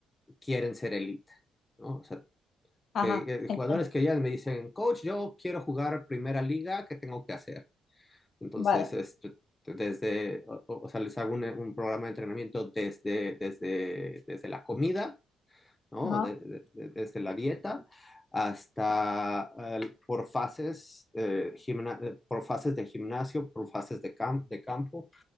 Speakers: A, on the left; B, on the left.
A: quieren ser elite, ¿no? O sea,
B: Ajá,
A: que, eh,
B: entiendo.
A: jugadores que ya me dicen, coach, yo quiero jugar primera liga, ¿qué tengo que hacer? Entonces,
B: Vale.
A: este, desde, o, o sea, les hago un, un programa de entrenamiento desde, desde, desde la comida, ¿no?
B: Ajá.
A: De- de- de- desde la dieta hasta eh, por fases, eh, gimna- eh, por fases de gimnasio, por fases de, cam- de campo,